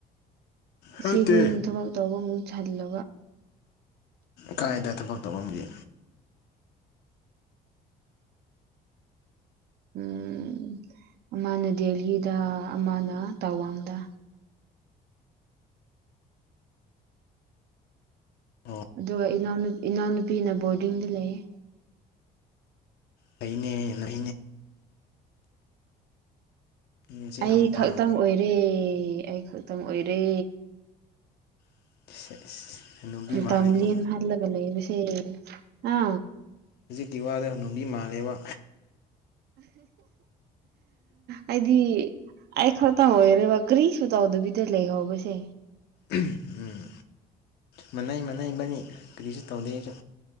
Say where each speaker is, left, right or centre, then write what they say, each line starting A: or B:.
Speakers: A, on the right; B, on the left.
A: ꯏꯆꯦꯍꯣꯏꯅ
B: ꯅꯠꯇꯦ
A: ꯊꯕꯛ ꯇꯧꯕ ꯑꯃꯨꯛ ꯁꯜꯂꯕ
B: ꯀꯥꯏꯗ ꯊꯕꯛ ꯇꯧꯔꯝꯒꯦ
A: ꯎꯝ ꯑꯃꯅ ꯗꯦꯂꯤꯗ ꯑꯃꯅ ꯇꯋꯥꯡꯗ
B: ꯑꯣ
A: ꯑꯗꯨꯒ ꯏꯅꯥꯎꯅꯨ ꯏꯅꯥꯎꯅꯨꯄꯤꯅ ꯕꯣꯔꯗꯤꯡꯗ ꯂꯩꯌꯦ
B: ꯐꯩꯅꯦ ꯅꯣꯏ ꯅꯆꯦ
A: ꯑꯩ
B: ꯌꯥꯝꯅ ꯄꯥꯝꯅ
A: ꯈꯛꯇꯪ ꯑꯣꯏꯔꯦ ꯑꯩ ꯈꯛꯇꯪ ꯑꯣꯏꯔꯦ
B: ꯁꯦꯁ ꯍꯅꯨꯕꯤ ꯃꯥꯜꯂꯦꯀꯣ
A: ꯇꯝꯂꯤꯌꯦ ꯈꯜꯂ ꯂꯩꯕꯁꯦ ꯍꯥ
B: ꯍꯧꯖꯤꯛꯀꯤ ꯋꯥꯗꯣ ꯍꯅꯨꯕꯤ ꯃꯥꯜꯂꯦꯕ
A: ꯑꯩꯗꯤ ꯑꯩ ꯈꯛꯇ ꯑꯣꯏ ꯑꯗꯨꯒ ꯀꯔꯤꯁꯨ ꯇꯧꯗꯕꯤꯗ ꯂꯩꯍꯧꯕꯁꯦ
B: ꯎꯝ ꯃꯟꯅꯩ ꯃꯟꯅꯩ ꯏꯕꯥꯏꯅꯤ ꯀꯔꯤꯁꯨ ꯇꯧꯗꯦ ꯑꯩꯁꯨ